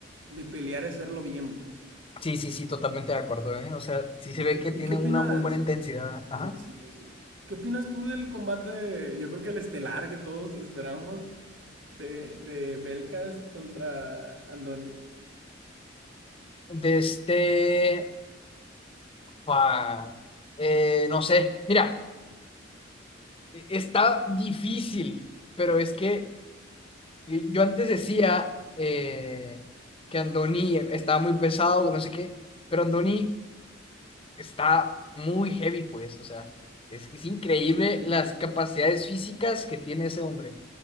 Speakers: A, on the right (about 85°); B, on the left (about 30°).
A: de pelear y hacerlo bien, pues.
B: Sí, sí, sí, totalmente de acuerdo, ¿eh? O sea, sí se
A: Sí,
B: ve
A: ¿Y,
B: que tiene
A: y qué opinas?
B: una muy buena intensidad.
A: Sí,
B: Ajá.
A: sí, sí. ¿Qué opinas tú del combate, yo creo que el estelar que todos esperamos, de, de Belcast contra Andoni?
B: De este... fa- eh, no sé. Mira, e- está difícil, pero es que eh, yo antes decía eh, que Andoni estaba muy pesado, no sé qué, pero Andoni está muy heavy, pues. O sea, es, es increíble
A: Sí.
B: las capacidades físicas que tiene ese hombre.